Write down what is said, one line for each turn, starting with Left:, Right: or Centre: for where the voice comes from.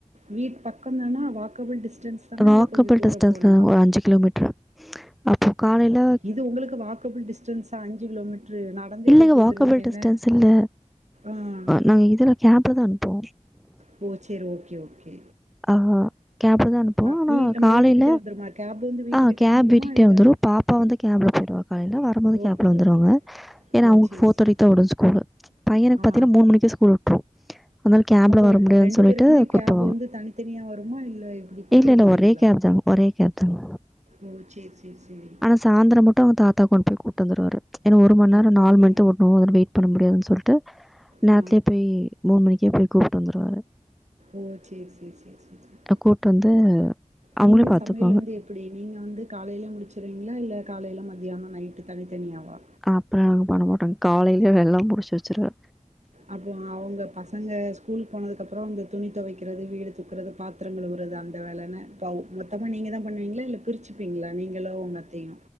Right: வீட் பக்கந் தானா வாக்கபிள் டிஸ்டன்ஸ் தானா
Centre: வாக்கபிள்
Right: இல்ல கொஞ்சொ தூரொ
Centre: டிஸ்டன்ஸ்ல
Right: போனுமா
Centre: ஒரு அஞ்சு கிலோமீட்டர் அப்போ காலையில
Right: இது உங்களுக்கு வாக்கபிள் டிஸ்டன்ஸா அஞ்சு கிலோமீட்ரு நடந்தே
Centre: இல்லங்க
Right: போயிட்டு வந்துருவீங்க
Centre: வாக்கபிள் டிஸ்டன்ஸ்
Right: என்ன
Centre: இல்ல
Right: ஆ
Centre: நாங்க இதுல கேப்ல தா அனுப் போ
Right: ஓ! சரி. Okay, okay.
Centre: ஆ கேப்ல தா அனுப்புவோ
Right: அ
Centre: ஆனா
Right: வீட் நம்ம
Centre: காலைல
Right: வீட்டுக்கிட்டே வந்துருமா? கேப் வந்து வீட்டுக்கிட்டே
Centre: ஆ கேப்
Right: வந்துருமா?
Centre: வீட்டுக்கிட்டே
Right: இல்ல
Centre: வந்துரு பாப்பா வந்து கேப்ல போயிடுவா காலைல வரும்போது
Right: ஓகே,
Centre: கேப்ல வந்துருவாங்க
Right: ஓகே.
Centre: ஏன்னா
Right: ஓ!
Centre: அவுங்களுக்கு
Right: சரி,
Centre: போர்தேட்டிக்குதா
Right: சரி.
Centre: விடு ஸ்கூலு பையனுக்கு
Right: ஆ.
Centre: பாத்திங்னா மூனு மணிக்கே ஸ்கூல் விட்ரு அதனால கேப்ல
Right: அப்போ
Centre: வர முடியாதுனு சொல்லிட்டு
Right: பேருக்குமே
Centre: குறிப்போ
Right: கேப் வந்து தனித்தனியா வருமா? இல்ல இப்டி கூப்பிட
Centre: இல்ல இல்ல
Right: போவீங்களா?
Centre: ஒரே கேப் தாங்க ஒரே கேப்தாங்க
Right: ஓ சேரி சேரி சேரி
Centre: சாய்ந்திர மட்டு அவங்க தாத்தா கொண்டு போய் கூட்டு வந்துருவாரு ஏனா ஒரு மணி நேரோ
Right: அப்படியா?
Centre: நாலு மணிக்குதா விடுவாங்க வெயிட் பண்ண முடியாது சொல்லி ட்டு நேரத்லே
Right: ஆ.
Centre: போய் மூணு மணிக்கே போய் கூப்ட்டு வந்துருவாரு
Right: ஓ செரி செரி செரி செரி செரி
Centre: கூப்பிட்டு வந்து அவங்களே
Right: நீங்க
Centre: பாத்துப்பாங்க
Right: சமையல் வந்து எப்டி நீங்க வந்து காலையில முடிச்சிடுவீங்ளா இல்ல காலையில மதியானோ நைட்டு தனித்தனியாவா
Centre: அப்டிலா நாங்க பண்ணமாட்டோங்க காலையில எல்லா முடிச்சு வச்சிருவே
Right: அப்றோ அவங்க பசங்க ஸ்கூல் போனதுக்கப்றோ அந்த துணி துவைக்கிறது வீடு தூக்குறது பாத்தரோ பாத்தரோ கழுவுறது அந்த வேலனு இப்போ மொத்தமா நீங்க தா பண்ணுவீங்ளா இல்ல பிரிச்சுப்பீங்ளா நீங்களு உங்க அத்தையு